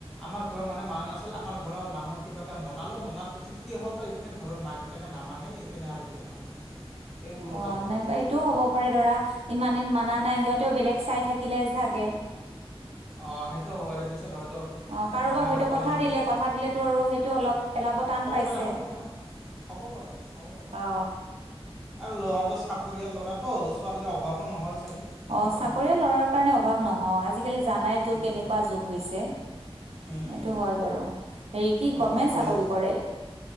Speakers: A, in the centre; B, on the right (about 85°).
A: আমাৰ ঘৰৰ মানুহে মানা নাছিল আমাৰ ঘৰৰ মানুহ কিবাকে মনালো মনাৰ পিছত সিহঁতৰ ইপিনে ঘৰৰ মাক দেউতাকে নামানে, ইপিনে আৰু <unintelligible>
B: অঁ,
A: হৈ গৈছে
B: নাইবা এইটোও হ'ব পাৰে ধৰা ইমান দিন মানা নাই, সিহঁতেও বেলেগ চাই থাকিলে ছাগে।
A: অঁ, সেইটো হ'ব পাৰে পিছত হয়
B: অ কাৰোবাক
A: মানে
B: হয়তো
A: কলে
B: কথা
A: নেকি,
B: দিলে কথা দিলেতো আৰু সেইটো অলপ পেলাব টান
A: হ'ব
B: পাইছে
A: পাৰে- হ'ব পাৰে- হব পাৰে,
B: অ
A: আৰু ল'ৰাটো চাকৰিয়াল ল'ৰা ত' ছোৱালীৰ অভাৱো নহয় চাগে সেনেকুৱা
B: অঁ, চাকৰিয়াল
A: হয়
B: ল'ৰাৰ কাৰণে অভাৱ নহয়, আজিকালি জানাই টো
A: উম
B: কেনেকুৱা যুগ হৈছে।
A: উম উম
B: এইটো হয় বাৰু। ৰিকি গভমেণ্ট
A: সকলোৱে
B: চাকৰি কৰে।